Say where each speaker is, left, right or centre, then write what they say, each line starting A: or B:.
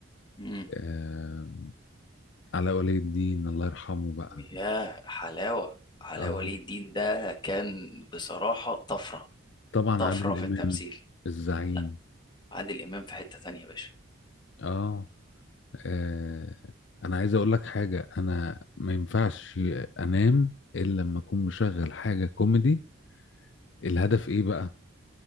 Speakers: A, on the left; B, on the left.
A: امم
B: آه، على ولي الدين الله يرحمه بقى
A: يا حلاوه علاء
B: اه
A: ولي الدين ده كان بصراحه طفره
B: طبعا
A: طفره
B: عادل
A: في
B: امام
A: التمثيل
B: الزعيم
A: لا عادل امام في حته تانية يا باشا
B: اه, آه. انا عايز اقول لك حاجه انا ما ينفعش انام الا لما اكون مشغل حاجه كوميدي الهدف ايه بقى